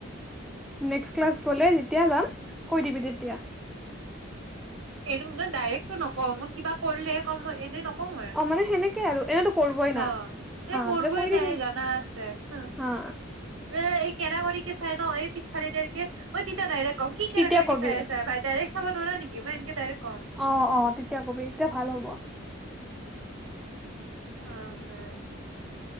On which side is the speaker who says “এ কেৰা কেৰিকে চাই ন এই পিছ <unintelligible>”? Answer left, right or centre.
Right